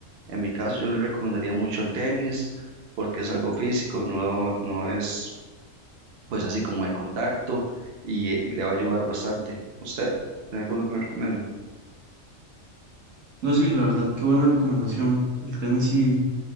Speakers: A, on the right (about 55°); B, on the right (about 70°).
A: En mi caso, yo le recomendaría mucho el tenis porque es algo físico, no, no es pues así como de contacto y, eh, le va a ayudar bastante. ¿Usted tiene alguno que me recomiende?
B: No sé, la verdad, qué buena recomendación. El tenis sí,